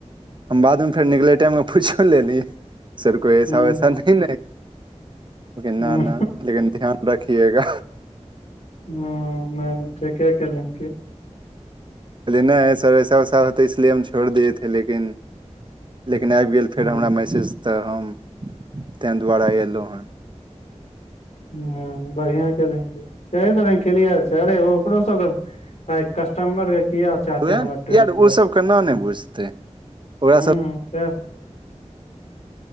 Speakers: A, on the right; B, on the left.
A: हम बाद में फेर निकले टाइम मे पुछो लेली सर कोइ ऐसा
B: हूँ
A: वैसा नै <unintelligible> न
B: हूँ
A: न लेकिन ध्यान रखिएगा
B: ह नै ने ठीके केलियन की
A: कहले नय सर ऐसा वसा हो त इसलि हम छोड़ दएथे लेकिन लेकिन आबि गेल फेर
B: हूँ
A: हमरा मैसेज तऽ हम तैहि दुआरे एलहुँ ह
B: ह बढ़िआ केले केलियर से अरे ओकरो सब कस्टमर है किया चाहते
A: उएह
B: हमर टुटि
A: यार
B: जाय
A: ओसभके न ने
B: ह
A: बुझतै ओकरा
B: हु त